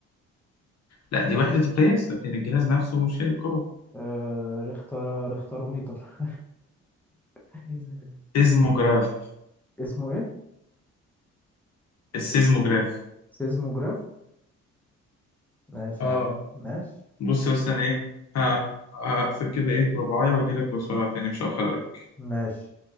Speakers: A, on the left; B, in the centre.
A: لا دي وحدة القياس لكن الجهاز نفسه مش هيبقى قوي
B: آه ريختر ريختروميتر <laughs>
A: سيزموجراف
B: اسمه ايه
A: السيزموجراف
B: سيزموجراف ماشي
A: اه
B: يا عم ماشي
A: بص يا اسطى أنا ايه ه- هقفل كده ايه رباعية واجي لك بسرعة تاني مش هأخر عليك
B: ماشي